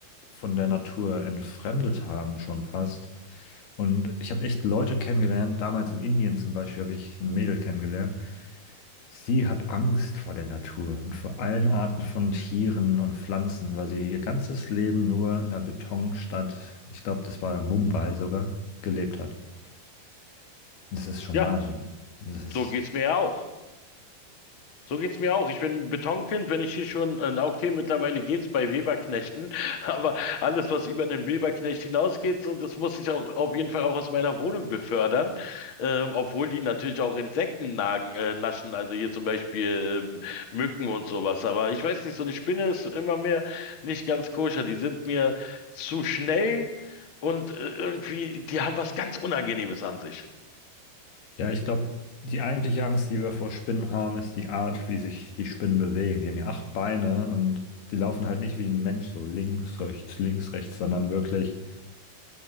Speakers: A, on the left (about 75°); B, on the left (about 35°).
A: von der Natur entfremdet haben, schon fast. Und ich habe echt Leute kennengelernt, damals in Indien zum Beispiel habe ich ein Mädel kennengelernt. Sie hat Angst vor der Natur und vor allen Arten von Tieren und Pflanzen, weil sie ihr ganzes Leben nur in einer Betonstadt, ich glaube, das war Mumbai sogar, gelebt hat. Und das ist schon
B: Ja,
A: Wahnsinn. Das ist
B: so geht's mir ja auch. So geht's mir auch. Ich bin ein Betonkind, wenn ich hier schon, äh, okay, mittlerweile geht's bei Weberknechten, <laughs> aber alles, was über einen Weberknecht hinausgeht, so, das muss ich auch auf jeden Fall auch aus meiner Wohnung befördern, ähm, obwohl die natürlich auch Insekten nagen, äh, naschen, also hier zum Beispiel ähm, Mücken und sowas. Aber ich weiß nicht, so eine Spinne ist immer mehr nicht ganz koscher. Die sind mir zu schnell und äh, irgendwie, die haben was ganz Unangenehmes an sich.
A: Ja, ich glaube, die eigentliche Angst, die wir vor Spinnen haben, ist die Art, wie sich die Spinnen bewegen. Die haben ja acht Beine und die laufen halt nicht wie ein Mensch so links, rechts, links, rechts, sondern wirklich